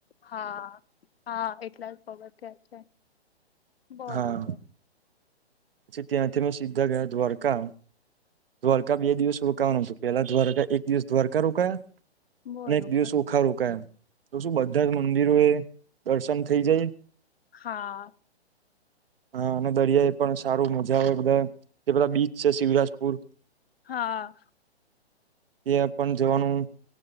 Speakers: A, on the left (about 60°); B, on the right (about 60°).
A: હા હા એટલા જ પગથિયાં છે. બરોબર
B: હા પછી ત્યાંથી મેં સીધા ગયા દ્વારકા દ્વારકા બે દિવસ રોકાવાનું હતું. પેલા દ્વારકા એક દિવસ દ્વારકા રોકાયા
A: બરોબર
B: અને એક દિવસ ઓખા રોકાયા. તો શું બધા જ મંદિરો એ દર્શન થઈ જાય.
A: હા <inaudible>
B: હા અને દરિયા એ પણ સારું મજા આવે બધા જે બધા બીચ છે, શિવરાજપુર
A: હા <inaudible>
B: ત્યાં પણ જવાનું